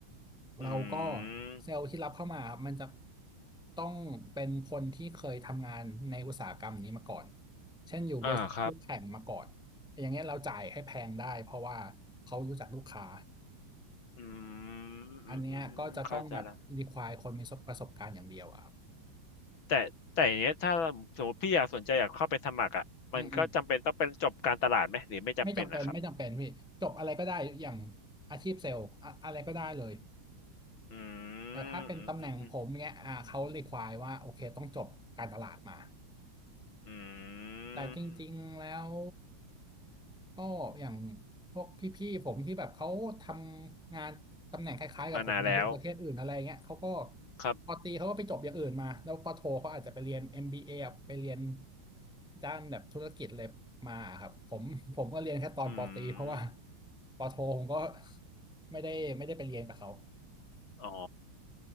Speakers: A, in the centre; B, on the left (about 70°).
A: เราก็
B: อืม
A: เซลล์ที่รับเข้ามาครับมันจะต้องเป็นคนที่เคยทำงานในอุตสาหกรรมนี้มาก่อนเช่นอยู่บริษัทคู่แข่งมาก่อน
B: อ่าครับ
A: อย่างเงี้ยเราจ่ายให้แพงได้เพราะว่าเขารู้จักลูกค้า
B: อืมอืมอืมอืมเข้าใจละ
A: อันเนี้ยก็จะต้องแบบ require คนมีประสบการณ์อย่างเดียวอะครับ
B: แต่แต่อย่างเงี้ยถ้าสมมติพี่อยากสนใจอยากเข้าไปสมัครอ่ะมันก็จำเป็นต้องเป็นจบการตลาดไหมหรือไม่จำเป็นนะครับ
A: อืมอืมไม่จำเป็นไม่จำเป็นพี่จบอะไรก็ได้อย่างอาชีพเซลล์อะอะไรก็ได้เลย
B: อื
A: แต่ถ้าเป็นตำแหน่งผมเนี้ยอ่าเขา
B: มอืมอืมอืม
A: require ว่าโอเคต้องจบการตลาดมา
B: อืม
A: แต่จริงๆแล้ว ก็อย่างพวกพี่ๆผมที่แบบเขาทำงานตำแหน่งคล้ายๆกับผมในดูประเทศอื่นอะไรเงี้ยเขาก็
B: มานานแล้วครับ
A: ปอตรีเขาก็ไปจบอย่างอื่นมาแล้วปอโทเขาอาจจะไปเรียน MBA อมบีเอไปเรียนด้านแบบธุรกิจเลยมาครับผมผมก็เรียนแค่ตอนปอตรีเพราะว่า
B: อืม
A: <laughs> ปอโทผมก็ไม่ได้ไม่ได้ไปเรียนกับเขา
B: อ๋อ